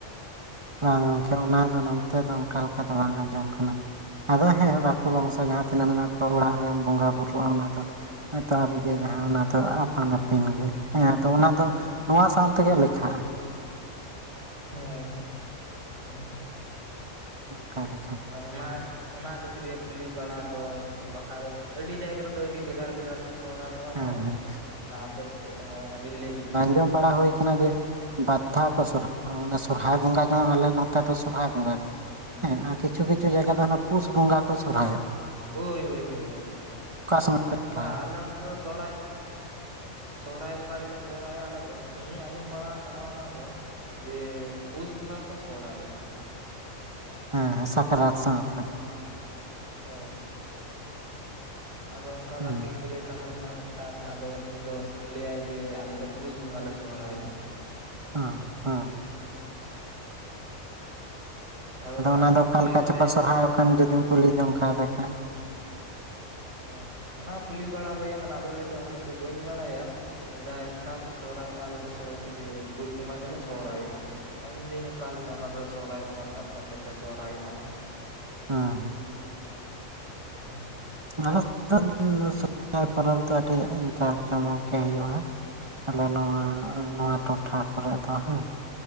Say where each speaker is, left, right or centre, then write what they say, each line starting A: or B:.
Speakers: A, on the right; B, on the right.
A: ᱵᱟᱝ ᱜᱚᱢᱠᱮ ᱚᱱᱟ ᱫᱚ ᱚ ᱚᱱᱠᱟ ᱞᱮᱠᱟ ᱫᱚ ᱵᱟᱝ ᱟᱸᱡᱚᱢ ᱠᱟᱱᱟ ᱟᱫᱚ ᱦᱮᱸ ᱟᱠᱚ ᱵᱚᱝᱥᱚ ᱡᱟᱦᱟᱸ ᱛᱤᱱᱟᱹᱜ ᱢᱮᱱᱟᱜ ᱠᱚᱣᱟ ᱚᱲᱟᱜ ᱨᱮᱱ ᱵᱚᱸᱜᱟ ᱵᱩᱨᱩᱜᱼᱟ ᱚᱱᱟᱫᱚ ᱮᱛᱚᱦᱚᱵ ᱜᱮ ᱡᱟᱦᱟᱸ ᱚᱱᱟ ᱫᱚ ᱟᱯᱟᱱ ᱟᱹᱯᱤᱱ ᱜᱮ ᱦᱮᱸ ᱟᱫᱚ ᱚᱱᱟ ᱫᱚ ᱱᱚᱣᱟ ᱥᱟᱶ ᱛᱮᱜᱮ ᱞᱮᱠᱷᱟᱜᱼᱟ ᱾
B: ᱦᱮᱸ ᱦᱮᱸ ᱾ <unintelligible>
A: ᱚᱝᱠᱟ ᱞᱮᱠᱷᱟᱱ
B: ᱚᱱᱟ ᱚᱱᱟ ᱠᱷᱟᱹᱛᱤᱨ ᱜᱮ ᱠᱩᱞᱤ ᱵᱟᱲᱟ ᱫᱚ ᱵᱟᱠᱷᱟᱱ ᱫᱚ ᱟᱹᱰᱤ ᱡᱟᱭᱜᱟ ᱨᱮᱫᱚ ᱟᱹᱰᱤ ᱵᱷᱮᱜᱟᱨ ᱵᱷᱮᱜᱟᱨ ᱠᱚ ᱥᱚᱦᱨᱟᱭᱚᱜᱼᱟ
A: ᱦᱮᱸ
B: ᱛᱚ
A: ᱦᱮᱸ
B: ᱟᱯᱮ ᱥᱮᱫ ᱵᱤᱱ ᱞᱟᱹᱭ ᱠᱮᱫᱟ ᱾
A: ᱟᱸᱚᱢ ᱵᱟᱲᱟ ᱦᱩᱭ ᱟᱠᱟᱱᱟ ᱡᱮ ᱵᱟᱫᱽᱫᱷᱟ ᱠᱚ ᱥᱚᱨ ᱢᱟᱱᱮ ᱥᱚᱨᱦᱟᱭ ᱵᱚᱸᱜᱟ ᱡᱮᱢᱚᱱ ᱟᱞᱮ ᱱᱮᱛᱟᱨ ᱫᱚ ᱥᱚᱨᱦᱟᱭ ᱵᱚᱸᱜᱟ ᱦᱮᱸ ᱟᱨ ᱠᱤᱪᱷᱩ ᱠᱤᱪᱷᱩ ᱡᱟᱭᱜᱟ ᱫᱚ ᱯᱩᱥ ᱵᱚᱸᱜᱟ ᱠᱚ ᱥᱚᱨᱦᱟᱭᱚᱜᱼᱟ ᱾
B: ᱳᱭ ᱦᱳᱭ ᱦᱳᱭ ᱦᱳᱭ ᱢᱟ
A: ᱥᱚᱢᱚᱭ ᱯᱮ ᱥᱚᱨᱦᱟᱭᱚᱜᱼᱟ
B: ᱵᱟᱝ ᱟᱞᱮ ᱱᱚᱛᱮ ᱫᱚ ᱥᱟᱨᱦᱟᱣ ᱥᱚᱦᱚᱨᱟᱭ ᱵᱚᱸᱜᱟ ᱜᱮ ᱞᱮ ᱥᱚᱦᱚᱨᱟᱭᱚᱜᱟ ᱟᱞᱮ ᱫᱚ ᱤᱧ ᱦᱚᱧ ᱟᱸᱡᱚᱢ ᱵᱟᱲᱟ ᱟᱠᱟᱜᱼᱟ ᱚᱱᱟ ᱫᱚ ᱾ ᱡᱮ ᱯᱩᱥ ᱵᱚᱸᱜᱟ ᱠᱚ ᱥᱚᱦᱨᱟᱭᱚᱜᱼᱟ ᱾
A: ᱦᱮᱸ ᱦᱮᱸ ᱥᱟᱠᱨᱟᱛ ᱥᱟᱶᱛᱮ ᱾
B: ᱦᱳᱭ ᱾ ᱟᱫᱚ ᱚᱱᱠᱟ
A: ᱦᱩᱸ
B: ᱜᱟᱛᱮ ᱜᱤᱫᱽᱨᱟᱹᱭ ᱛᱟᱦᱮᱸ ᱞᱮᱱᱟ ᱢᱤᱫᱴᱮᱱ ᱾ ᱟᱫᱚ ᱩᱱᱤ ᱫᱚ ᱞᱟᱹᱭᱟ ᱡᱮ ᱟᱞᱮ ᱫᱚ ᱯᱩᱥ ᱵᱚᱸᱜᱟ ᱞᱮ ᱥᱚᱦᱨᱟᱭᱚᱜᱼᱟ ᱾
A: ᱚ ᱦᱟᱸ
B: ᱟᱫᱚ ᱚᱱᱟᱜᱤᱧ
A: ᱚᱱᱟ ᱫᱚ ᱚᱠᱟ
B: ᱠᱩᱞᱤ
A: ᱞᱮᱠᱟ
B: ᱵᱟᱲᱟᱭᱟ
A: ᱪᱚᱠᱚ
B: ᱱᱚᱣᱟ
A: ᱥᱚᱨᱦᱟᱭᱚᱜ
B: ᱫᱚ ᱚᱠᱟᱞᱮᱠᱟ?
A: ᱠᱟᱱ ᱡᱩᱫᱤᱢ ᱠᱩᱞᱤ ᱡᱚᱝ ᱠᱟ ᱫᱮ ᱠᱷᱟᱡ ᱾
B: ᱦᱩᱸ ᱾ ᱚᱱᱟ ᱦᱚᱸ ᱠᱩᱞᱤ ᱵᱟᱲᱟ ᱦᱩᱭ ᱟᱠᱟᱱᱟ ᱟᱫᱚᱭ ᱞᱟᱹᱭᱫᱟ ᱩᱱᱟᱹᱜ ᱫᱚ ᱵᱟᱹᱧ ᱵᱟᱲᱟᱭᱟ ᱾ ᱥᱮᱫᱟᱭ ᱚᱱᱠᱟ ᱠᱚ ᱥᱚᱦᱨᱟᱭᱚᱜᱼᱟ ᱟᱞᱮ ᱫᱚ ᱡᱮ ᱯᱩᱥ ᱵᱚᱸᱜᱟ ᱜᱮ ᱞᱮ ᱥᱚᱦᱨᱟᱭᱚᱜᱼᱟ ᱾ ᱤᱧ ᱫᱟᱹᱧ ᱚᱠᱟ ᱞᱮᱠᱟ ᱚᱱᱟ ᱫᱚ ᱥᱚᱦᱨᱟᱭ ᱵᱚᱸᱜᱟ ᱛᱟᱵ ᱠᱟᱛᱮᱫ ᱯᱮ ᱥᱚᱦᱚᱨᱟᱭᱚᱜᱼᱟ ᱾
A: ᱦᱮᱸ ᱾
B: ᱦᱮᱸ
A: ᱟᱞᱮ ᱥᱚᱨᱚᱦᱟᱭ ᱯᱚᱨᱚᱵᱽ ᱫᱚ ᱟᱹᱰᱤ ᱴᱟ ᱡᱚᱢᱚᱠ ᱴᱤᱠᱟᱹ ᱦᱩᱭᱩᱜᱼᱟ ᱟᱞᱮ ᱱᱚᱣᱟ
B: ᱦᱳᱭ
A: ᱱᱚᱣᱟ ᱴᱚᱴᱷᱟ ᱠᱚᱨᱮᱜ ᱫᱚ ᱦᱮ